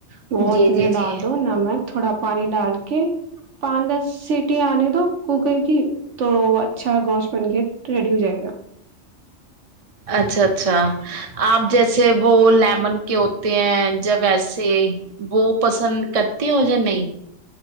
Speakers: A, on the right; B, on the right.
A: وہ
B: جی
A: اس
B: جی
A: میں ڈال
B: جی
A: دو نمک تھوڑا پانی ڈال کے پان دس سیٹی آنے تو کوکر کی تو وہ اچھا گوشت بن کے ریڈی ہو جائے گا
B: اچھا اچھا آپ جیسے وہ لیمن کے ہوتے ہیں جیا ویسے وہ پسند کرتے ہو یا نہیں